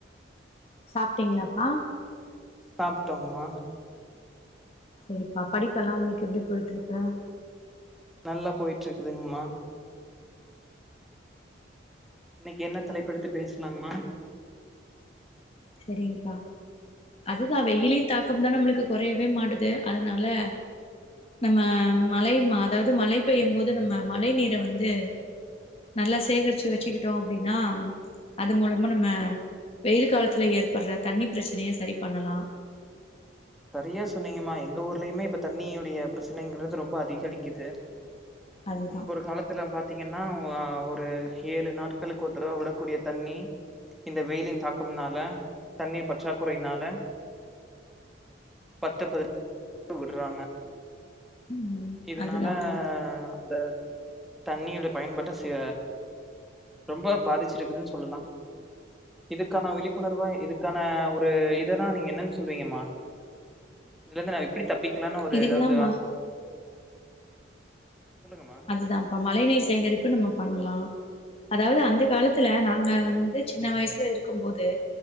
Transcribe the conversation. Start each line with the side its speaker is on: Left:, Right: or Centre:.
Left: சாப்ட்டீங்களாப்பா
Centre: சாப்டோங்மா
Left: சரிப்பா படிப்பெல்லா உங்களுக்கு எப்டி போயிட்டு இருக்கு
Centre: நல்லா போயிட்டு இருக்குதுங்ம்மா இன்னைக்கு என்ன தலைப்பெடுத்து பேசலாங்ம்மா
Left: சரிங்பா அதுதா வெயிலின் தாக்கம் தா நம்மளுக்கு கொறையவே மாட்டுது அதனால நம்ம
Centre: ஆ
Left: மழை ம அதாவது மழை பெய்யும் போது நம்ம மழை நீரை வந்து நல்லா சேகரிச்சு வெச்சுக்கிட்டோ அப்டினா அது மூலமா நம்ம வெயில் காலத் லா ஏற்படுற தண்ணி பிரச்சனைய சரி பண்ணலா
Centre: சரியா சொன்னீங்கம்மா எங்க ஊர்லயுமே இப்ப தண்ணியுடைய பிரச்சனைங்கிறது ரொம்ப அதிகளிக்குது
Left: அதுதா
Centre: முன்பொரு காலத் துல பாத்தீங்கன்னா ஒரு ஏழு நாட்களுக்கு ஒருதடவ விடக்கூடிய தண்ணி இந்த வெயிலின் தாக்கமுனால தண்ணீர் பற்றாக்குறைனால பத்து பதினஞ் உடுறாங்க
Left: ம்
Centre: இதனால
Left: அதுதான்ப்பா
Centre: அந்த தண்ணியோடைய பயன்பாட்ட செ ரொம்ப பாதிச்சிருக்குதுன்னு சொல்லலா இதுக்கான விழிப்புணர்வா இதுக்கான விழிப்புனர்வா இதுக்கான ஒருஇதெல்லா நீங்க என்னன்னு சொல்லுவீங்கம்மா இதுலருந்து நா எப்படி தப்பிக்லானெ ஒரு
Left: இதுக்குதாம்மா
Centre: ஏதாது சொல்லுங்கம்மா
Left: அதுதாப்பா மழ நீர் சேகரிப்பு நம்ம பண்லா அதாவது அந்த காலத்துல நாங்க வந்து சின்ன வயசுல இருக்கும் போது